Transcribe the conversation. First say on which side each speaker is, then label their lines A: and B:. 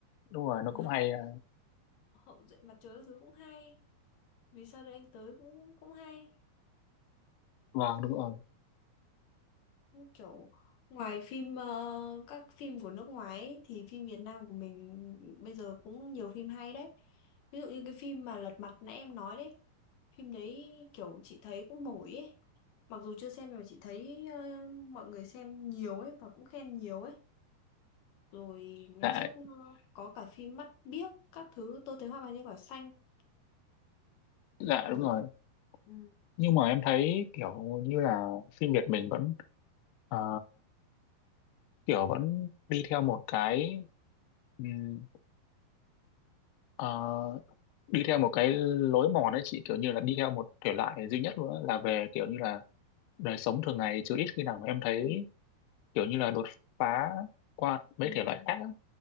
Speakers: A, on the left; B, on the left.
A: đúng rồi nó
B: Ừ.
A: cũng hay ờ,
B: hậu duệ mặt trời các thứ cũng hay vì sao đây anh tới cũng cũng hay
A: vâng đúng rồi
B: kiểu ngoài phim ờ, các phim của nước ngoài ấy, thì phim Việt Nam của mình bây giờ cũng nhiều phim hay đấy ví dụ như cái phim mà Lật Mặt nãy em nói đấy phim đấy kiểu chị thấy cũng nổi ấy mặc dù chưa xem mà chị thấy ờ, mọi người xem nhiều ấy và cũng khen nhiều ấy rồi ngày
A: dạ
B: trước ờ, có cả phim Mắt Biếc các thứ tôi thấy hoa vàng trên cỏ xanh
A: dạ
B: nổi
A: đúng rồi
B: Ừ.
A: nhưng mà em thấy kiểu như là phim Việt mình vẫn ờ, kiểu vẫn đi theo một cái ừm, ờ, đi theo một cái lối mòn ấy chị kiểu như là đi theo một thể loại duy nhất luôn á, là về kiểu như là đời sống thường ngày chứ ít khi nào mà em thấy
B: Ừ.
A: kiểu như là đột phá qua mấy
B: Ừ.
A: thể loại khác á.